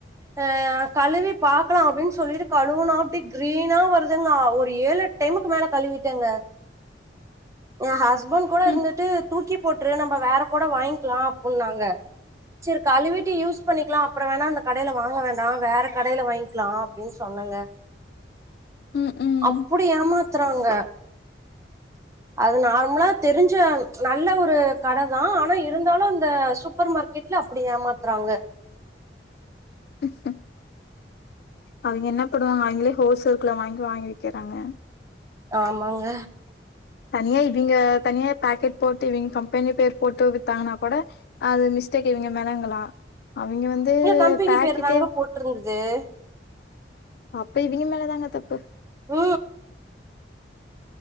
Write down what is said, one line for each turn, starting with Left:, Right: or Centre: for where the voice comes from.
Right: அ கழுவி பாக்லான் அப்டின்னு சொல்லிட்டு கழுவுனா அப்டி கிரீனா வருதுங்க ஒரு ஏழ் எட் டைமுக்கு மேல கழுவிடேங்க என் ஹஸ்பண்ட் கூட இருந்துட்டு
Left: ம்
Right: தூக்கி போட்டுரு நம்ம வேற கூட வாங்கிக்கலாம் அப்புடின்னாங்க செர் கழிவிட்டு யூஸ் பண்ணிக்கலாம் அப்புறம் வேணாம் அந்த கடையில வாங்க வேண்டாம் வேற கடையில வாங்கிக்கலாம் அப்படின்னு சொன்னங்க
Left: ம் ம்
Right: அப்டி ஏமாத்துறாங்க அது நார்மலா தெரிஞ்ச நல்ல ஒரு கட தான் ஆனா இருந்தாலும் இந்த சூப்பர் மார்க்கெட் ல்ல அப்படி ஏமாத்துறாங்க
Left: <unintelligible> அவிங்க என்ன பண்ணுவாங்க அவிங்களே ஹோல்சேல்குள்ள வாங்கி வாங்கி விக்கறாங்க
Right: ஆமாங்க
Left: தனியா இவிங்க தனியா பேக்கெட் போட்டு இவிங்க கம்பெனி பேர் போட்டு வித்தாங்கன்னா கூட அது மிஸ்டேக் இவிங்க மேலங்களா அவிங்க வந்து
Right: கம்பெனி
Left: பேக்கெட்டே
Right: பேரு <unintelligible>
Left: அப்ப இவிங்க மேலதாங்க தப்பு
Right: ஊ